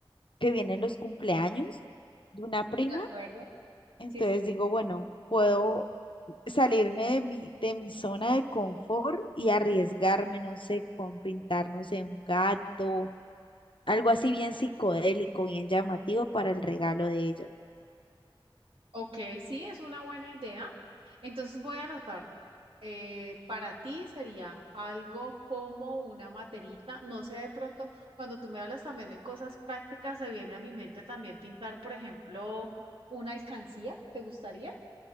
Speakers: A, on the left (about 60°); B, on the right (about 75°).
A: que vienen los cumpleaños de una prima,
B: ¿De acuerdo?
A: entonces
B: Sí, sí.
A: digo, bueno, puedo salirme de mi, de mi zona de confort y arriesgarme, no sé, con pintar, no sé, un gato, algo así bien psicodélico, bien llamativo para el regalo de ella.
B: Ok, sí, es una buena idea. Entonces voy a anotar. eh, para ti sería algo como una materita. No sé, de pronto, cuando tú me hablas también de cosas prácticas, se viene a mi mente también pintar, por ejemplo, una alcancía. ¿Te gustaría?